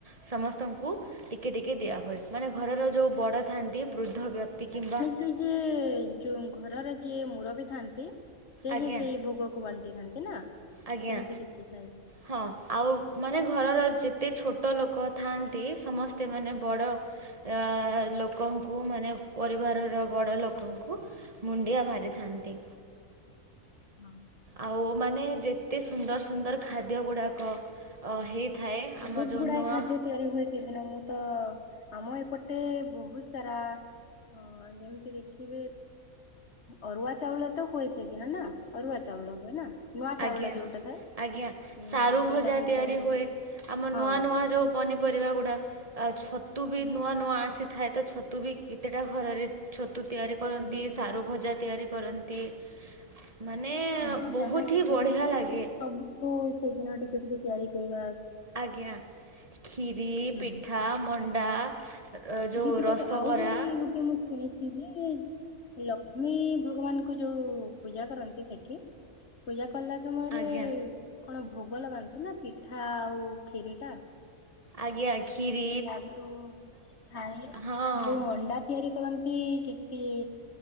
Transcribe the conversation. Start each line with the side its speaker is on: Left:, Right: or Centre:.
Right: ସମସ୍ତଙ୍କୁ ଟିକେ ଟିକେ ଦିଆହୁଏ ମାନେ ଘରର ଯୋଉ ବଡ଼ ଥାଆନ୍ତି ବୃଦ୍ଧ ବ୍ୟକ୍ତି କିମ୍ବା
Left: ସେ ଯେ ଯୋଉ ଘରର ଯିଏ ମୁରବି ଥାନ୍ତି ସେହିଁ
Right: ଆଜ୍ଞା
Left: ସେଇ ଭୋଗକୁ ବା ଣ୍ଟି ଥାଆନ୍ତି ନା?
Right: ଆଜ୍ଞା।
Left: ସେମିତି କିଛି ଥାଏ।
Right: ହଁ ଆଉ ମାନେ ଘରର ଯେତେ ଛୋଟ ଲୋକ ଥାଆନ୍ତି ସମସ୍ତେ ମାନେ ବଡ଼ ଅ ଲୋକଙ୍କୁ ମାନେ ପରିବାରର ବଡ଼ ଲୋକଙ୍କୁ ମୁଣ୍ଡିଆ ମାରିଥାନ୍ତି।
Left: ହୁଁ ହଁ।
Right: ଆଉ ମାନେ ଯେତେ ସୁନ୍ଦର ସୁନ୍ଦର ଖାଦ୍ୟ ଗୁଡ଼ାକ। ଅ ହେଇଥାଏ
Left: ବହୁତ
Right: ଆମ ଯୋଉ
Left: ଗୁଡାଏ
Right: ନୂଆ।
Left: ଖାଦ୍ୟ ତିଆରି ହୁଏ ସେଦିନ ମୁଁ ତ ଆମ ଏପଟେ ବହୁତ ସାରା। ହଁ ଯେମିତି ଦେଖିବେ ଅରୁଆ ଚାଉଳ ତ ହୁଏ ସେ ଦିନ ନା। ଅରୁଆ ଚାଉଳ ହୁଏ ନା ନୂଆ ଚାଉଳ
Right: ଆଜ୍ଞା
Left: ଯୋଉଟା ଥାଏ
Right: ଆଜ୍ଞା
Left: ଉଁ
Right: ସାରୁ
Left: ସେଇଟା
Right: ଭଜା
Left: ହେଇଥାଏ।
Right: ତିଆରି ହୁଏ ଆମ
Left: ହଁ।
Right: ନୂଆ ନୂଆ ଯୋଉ। ପନିପରିବା ଗୁଡ଼ା ଆଉ ଛତୁ ବି ନୂଆ ନୂଆ ଆସିଥାଏ ତ ଛତୁ ବି କେତେଟା ଘରରେ। ଛତୁ ତିଆରି
Left: ବି
Right: କରନ୍ତି
Left: କରିଥାନ୍ତି
Right: ସାରୁ ଭଜା
Left: ହଁ।
Right: ତିଆରି କରନ୍ତି ମାନେ
Left: ସବୁ ଯାହା
Right: ବହୁତ।
Left: ବି
Right: ହି ବଢ଼ିଆ
Left: ପନିପରିବା
Right: ଲାଗେ
Left: ଅଛି ସବୁକୁ ସେଇଦିନ ଟିକେ ଟିକେ ତିଆରି କରିବା।
Right: ଆଜ୍ଞା ଖୀରି
Left: ହୁଁ
Right: ପିଠା ମଣ୍ଡା। ଯୋଉ
Left: ଦିପିଠା
Right: ରସବରା
Left: ତ ଆଉ ବି ଗୋଟେ ମୁଁ ଶୁଣିଛି ଯେ ଲକ୍ଷ୍ମୀ ଭଗବାନ। ଯୋଉ ପୂଜା କରନ୍ତି ସେଠି ପୂଜା କଲା ସମୟରେ।
Right: ଆଜ୍ଞା
Left: କଣ ଭୋଗ ଲଗାନ୍ତି ନା ପିଠା ଆଉ ଖିରି ଟା।
Right: ଆଜ୍ଞା ଖିରି।
Left: ସେଟା ଆଗରୁ କିଛି ଥାଏ
Right: ହଁ
Left: ଯୋଉ ମଣ୍ଡା। ତିଆରି କରନ୍ତି କିତି।